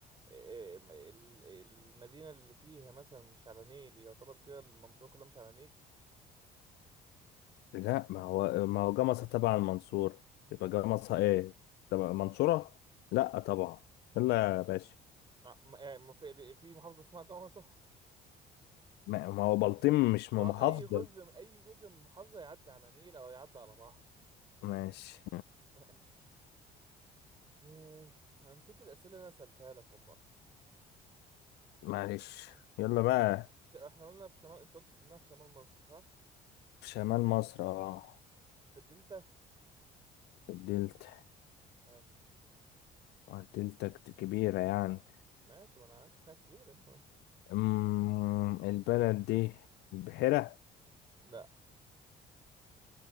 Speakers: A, on the right; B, on the left.
A: إيه، م- ال- المدينه اللي فيها مثلا مش على نيل يعتبر كده المنصوره كلها مش على نيل
B: لا ما هو ما هو جمصة تبع المنصورة يبقى جمصة ايه تبع المنصورة لا طبعا لا يا باشا
A: آه، ما- يعني ما في في محافظه اسمها جمصة
B: ما ما هو بلطيم مش
A: واي
B: من محافظة
A: جزء اي جزء من المحافظه يعدي على نيل او يعدي على بحر
B: ماشي
A: <laughs> ماشي إيه، انا نسيت الاسئله اللي انا سالتها لك والله
B: معلش يلا بقى
A: ش- احنا قلنا في شمال انت قلت انها في شمال مصر صح
B: في شمال مصر اه
A: في الدلتا
B: في الدلتا
A: قال،
B: آه، الدلتا كت- كبيرة يعني
A: ماشي ما انا عارف انها كبيره <laughs>
B: أمم، البلد دي البحيرة
A: لا